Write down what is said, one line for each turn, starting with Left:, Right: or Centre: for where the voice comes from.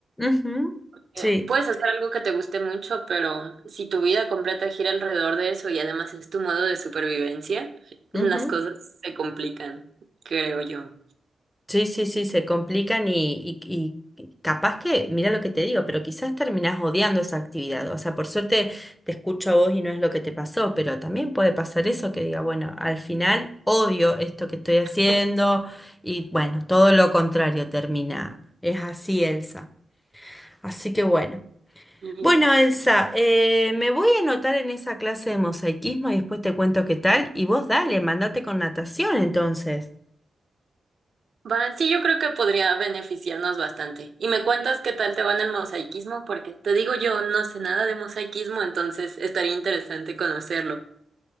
Left: Ujú.
Right: Eh,
Left: Sí.
Right: Puedes hacer algo que te guste mucho, pero si tu vida completa gira alrededor de eso y además es tu modo de supervivencia, <clears throat> <laughs> las
Left: Ujú.
Right: cosas se complican, creo yo.
Left: Sí, sí, sí, se complican y, y, y capaz que, mira lo que te digo, pero quizás terminás odiando esa actividad. O sea, por suerte te escucho a vos y no es lo que te pasó, pero también puede pasar eso que diga, bueno, al final odio esto que estoy haciendo
Right: <laughs>
Left: y bueno, todo lo contrario termina. Es así, Elsa. Así que bueno.
Right: Ujú.
Left: Bueno, Elsa, eh, me voy a anotar en esa clase de mosaicismo y después te cuento qué tal. Y vos dale, mandate con natación entonces.
Right: Va, sí, yo creo que podría beneficiarnos bastante. Y me cuentas qué tal te va en el mosaicismo, porque te digo yo no sé nada de mosaicismo, entonces estaría interesante conocerlo.